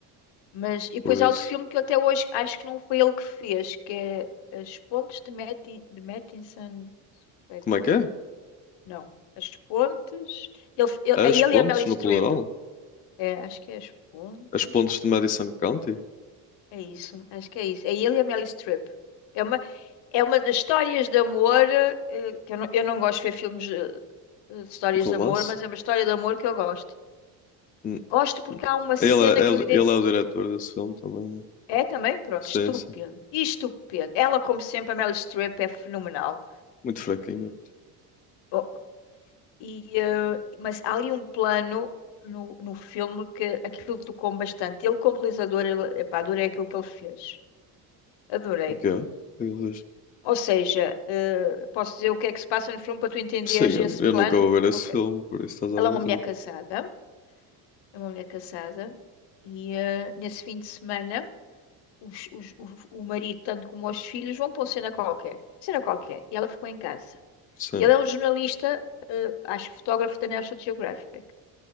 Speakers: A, on the left (about 65°); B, on the left (about 20°).
A: Mas e depois
B: Por isso.
A: há outro filme que eu até hoje acho que não foi ele que fez, que é As Pontes de, Matti- de Mattinson. Foi
B: Como
A: Garden?
B: é que é?
A: Não. As Pontes. Ele, ele,
B: As
A: é ele
B: Pontes,
A: e a Meryl
B: no
A: Streep.
B: plural?
A: É, acho que é As Pontes.
B: As Pontes de Madison County?
A: É isso, acho que é isso. É ele e a Meryl Streep. É uma, é uma das histórias de amor, eh, que eu não, eu não gosto de ver filmes eh, de histórias
B: De Romance?
A: de amor, mas é uma história de amor que eu gosto.
B: Hum,
A: Gosto porque
B: hum.
A: há uma cena
B: Ele é,
A: que
B: ele
A: eu... ide-
B: ele é o diretor desse filme também.
A: É também, pronto,
B: Sim,
A: estúpida.
B: sim.
A: E estúpida. Ela, como sempre, a Meryl Streep é fenomenal.
B: Muito fraquinho.
A: Oh, E, eh, mas há ali um plano no, no filme que aquilo tocou-me bastante. Ele, como realizador, ele, epá, adorei aquilo que ele fez. Adorei.
B: O quê? O que é que ele fez?
A: Ou seja, eh, posso dizer o que é que se passa no filme para tu entenderes
B: Sim, eu,
A: esse
B: eu
A: plano?
B: nunca vou ver esse
A: Ok.
B: filme, por isso estás à
A: Ela
B: vontade.
A: é uma mulher casada, é uma mulher casada, e eh, nesse fim de semana os- os- o, o marido, tanto como os filhos, vão para uma cena qualquer. Uma Cena qualquer. E ela ficou em casa.
B: Sim,
A: E ele é um jornalista, eh, acho fotógrafo da National Geographic.